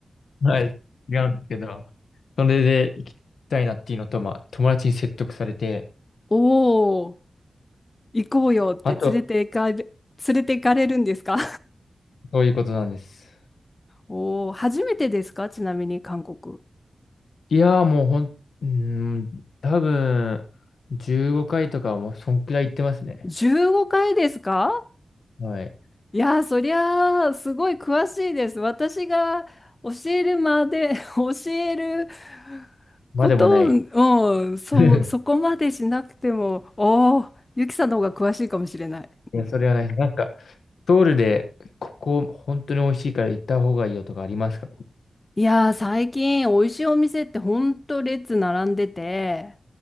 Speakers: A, on the left (about 85°); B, on the left (about 30°).
A: はい、違うんですけど、それで行きたいなっていうのと、まあ、友達に説得されて、
B: <laughs> おお、行こうよって連れて行かれ、
A: あと、
B: 連れて行かれるんですか
A: そういうことなんです。
B: お <laughs> おー、初めてですかちなみに韓国。
A: いやー、もうほん、うーん、多分、15回とかはもう、そんくらい行ってますね。
B: 15回ですか
A: はい。
B: いやー、そりゃあ、すごい詳しいです。私が教えるまで、<laughs> 教える
A: まあでもない。
B: ことを、うん、そ、
A: <laughs>
B: そこまでしなくても、おーゆきさんの方が詳しいかもしれない。
A: いや、それはない。なんか、ソウルで、ここ、本当に美味しいから行った方がいいよとかありますか
B: いやー、最近、美味しいお店ってほんと列並んでて、